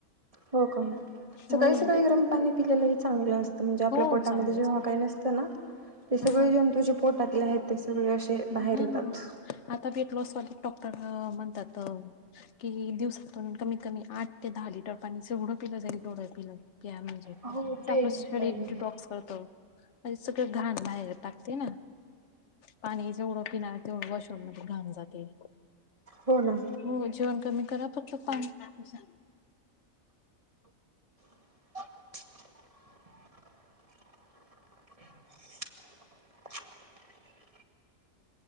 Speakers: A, on the right (about 25°); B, on the left (about 55°).
A: हो का सकाळी
B: हो
A: सकाळी गरम पाणी पिलेलंही चांगलं असतं म्हणजे आपल्या
B: हो
A: पोटामध्ये
B: चांगलं
A: जेव्हा
B: असतं
A: काही नसतं. ना ते
B: हो
A: सगळे जंतू जे पोटातले आहेत ते सगळे असे बाहेर
B: हा.
A: येतात.
B: आता बेट लॉसवाल डॉक्टर म्हणतात. कि दिवसातून कमीत कमी आठ ते दहा लिटर पाणी जेवढं पिलं जाईल एवढं पिलं. त्या म्हणजे
A: हो पेलच
B: आपलं शरीर
A: पाहिजे.
B: डिटॉक्स करत आणि सगळं घाण. बाहेर टाकते ना. पाणी जेवढं पिणार तेवढं वॉशरूम मध्ये घाम जाते.
A: हो ना.
B: हो जेवण कमी करा फक्त पाणी प्या.
A: <inaudible> <inaudible>